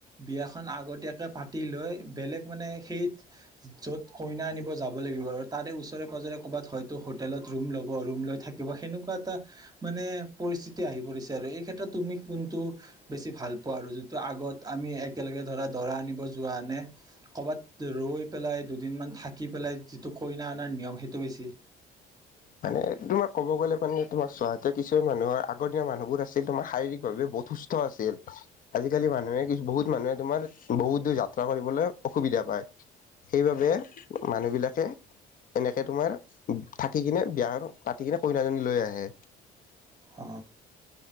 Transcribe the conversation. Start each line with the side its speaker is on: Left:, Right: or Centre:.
Right: বিয়াখন আগতীয়াকে পাতি লৈ বেলেগ মানে সেই য'ত কইনা আনিব যাব লাগিব আৰু তাৰে ওচৰে পাজৰে ক'ৰবাত হয়তো হোটেলত ৰুম ল'ব ৰুম লৈ থাকিব সেনেকুৱা এটা মানে পৰিস্থিতি আহি পৰিছে আৰু এই ক্ষেত্ৰত তুমি কোনটো বেছি ভাল পোৱা আৰু যিটো আগত আমি এক একেলগে ধৰা দৰা আনিব যোৱা নে কৰ'বাত ৰৈ পেলাই দুদিন মান থাকি পেলাই যিটো কইনা অনাৰ নিয়ম সেইটো বেছি
Left: মানে তোমাৰ কব গ'লে মানে তোমাৰ চোৱাতে কিছুমান মানুহৰ আগৰ দিনৰ মানুহবোৰ আছিল তোমাৰ শাৰীৰিকভাৱে বহুত সুস্থ আছিল। আজিকালি মানুহে বহুত মানুহে তোমাৰ বহুত দূৰ যাত্ৰা কৰিবলৈ অসুবিধা পায়। সেইবাবে মানুহ বিলাকে এনেকে তোমাৰ থাকি কিনে বিয়া পাতি কিনে কইনাজনী লৈ আহে।
Right: অ